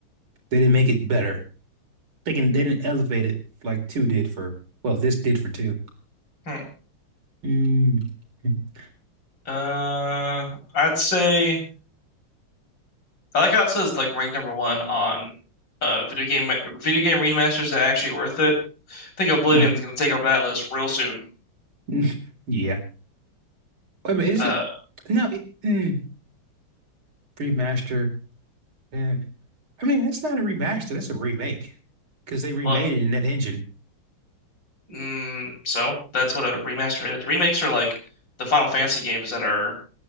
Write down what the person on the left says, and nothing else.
Hmm.
Uh, I'd say I like how it says like ranked number one on uh video game video game remasters that are actually worth it. I think Oblivion's
gonna take over that list real soon.
Uh,
well,
Mm, so that's what a remaster is. Remakes are like the Final Fantasy games that are